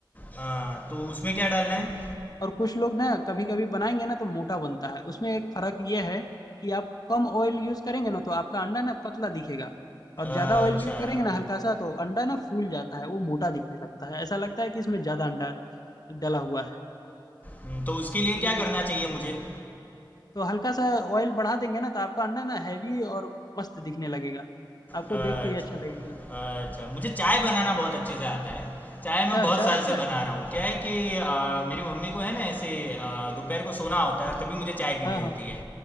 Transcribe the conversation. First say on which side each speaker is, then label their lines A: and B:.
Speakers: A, on the left; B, on the left.
A: हाँ तो उसमें क्या डालना है
B: और कुछ लोग ना कभी कभी बनाएंगे ना तो मोटा बनता है उसमें एक फर्क ये है कि आप कम ऑयल यूज करेंगे ना तो आपका अंडा ना पतला दिखेगा और ज्यादा
A: अच्छा
B: ऑयल यूज करेंगे ना हल्का सा तो अंडा ना फूल जाता है वो मोटा दिखने लगता है ऐसा लगता है कि इसमें ज्यादा अंडा डला हुआ है
A: हम्म, तो उसके लिए क्या
B: ये चीज
A: करना
B: है
A: चाहिए मुझे
B: तो हल्का सा ऑयल बढ़ा देंगे ना तो आपका अंडा ना हैवी और मस्त दिखने लगेगा आपको
A: अच्छा
B: देख के ही अच्छा लगेगा
A: अच्छा मुझे चाय बनाना बहुत अच्छे से आता है चाय
B: अच्छा
A: मैं बहुत
B: चाय
A: साल
B: आता
A: से
B: है
A: बना रहा हूँ क्या है कि अ, मेरी मम्मी को है ना ऐसे अ, दोपहर को सोना होता है और तभी मुझे चाय पीनी
B: हाँ
A: होती
B: हाँ
A: है